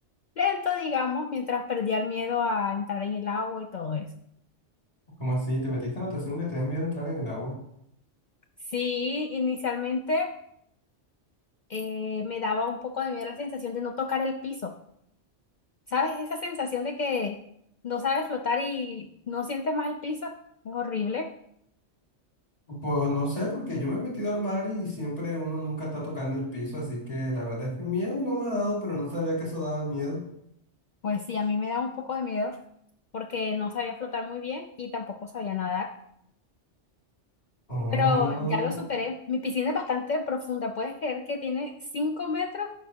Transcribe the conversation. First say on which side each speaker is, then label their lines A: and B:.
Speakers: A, on the left; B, on the left.
A: lento, digamos, mientras perdía el miedo a entrar en el agua y todo eso.
B: ¿Cómo así? ¿Te metiste a natación y le tenés miedo a entrar en el agua?
A: Sí, inicialmente. eh, me daba un poco de miedo la sensación de no tocar el piso. ¿Sabes? Esa sensación de que no sabes flotar y no sientes más el piso. Es horrible.
B: Pues no sé, porque yo me he metido al mar y siempre uno nunca está tocando el piso, así que la verdad es que miedo no me ha dado, pero no sabía que eso daba miedo.
A: Pues sí, a mí me da un poco de miedo porque no sabía flotar muy bien y tampoco sabía nadar.
B: Oh,
A: Pero ya lo superé. Mi piscina es bastante profunda. ¿Puedes creer que tiene 5 metros